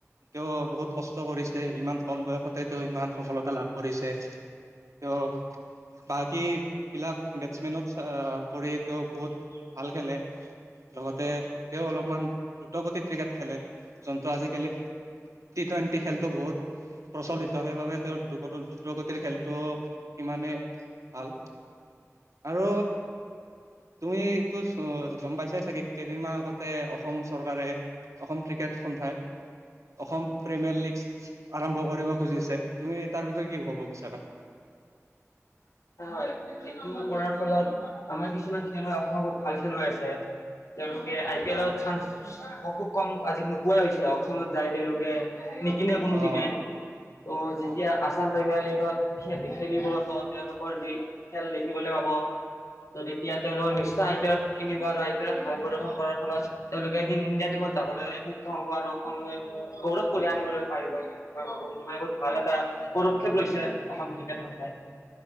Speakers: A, on the right; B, on the left.
A: তেওঁ বহুত কষ্ট কৰিছে। ইমান কম বয়সতে তেওঁ ইমান সফলতা লাভ কৰিছে। তেওঁ বাকী বিলাক বেটছমেনত অ' কৰি তেওঁ বহুত ভাল খেলে। লগতে তেওঁ অলপমান দ্ৰুত গতিত ক্ৰিকেট খেলে জনতা আজি <unintelligible> টি টুৱেণ্টি খেলতটো বহুত প্ৰচলিত সেইবাবে তেওঁৰ দ্ৰুত গতিৰ খেলটো সিমানে ভাল আৰু তুমি ত' চ গ'ম পাইছে চাগে কেইদিনমান আগতে অসম চৰকাৰে, অসম ক্ৰিকেট সন্থাই অসম প্ৰিমিয়াৰ লীগচ আৰম্ভ কৰিব খুজিছে। তুমি তাৰ বিষয়ে কি ক'ব বিচাৰা?
B: হয়, হয়। এইটো কৰাৰ ফলত আমাৰ কিছুমান খেলুৱৈ অসমৰ বহুত ভাল খেলুৱৈ আছে। তেওঁলোকে আই পি এলৰ
A: অ
B: চান্স খুব কম আজিকালি নোপোৱাই হৈছে অক্সনত যাই তেওঁলোকে। নিকিনে কোনো
A: অ
B: টিমে। ত' যেতিয়া
A: অ
B: আছাম প্ৰিমিয়াৰ লীগত খে খেলিব ত তেওঁলোকৰ যি খেল দেখিবলৈ পাব ত তেতিয়া তেওঁলোকৰ নিশ্চয় আই পি এল কিনিব আৰু আই পি এলত ভাল প্ৰদৰ্শন কৰাৰ ফলত তেওঁলোকে এদিন ইণ্ডিয়ান টিমত যাবলৈ সক্ষম হ'ব, আৰু অসমলৈ গৌৰৱ কৰি আনিবলৈ পাৰিব মই ভাবো তোমাৰ বহুত ভাল এটা। পদক্ষেপ লৈছে অসম ক্ৰিকেট সন্থাই।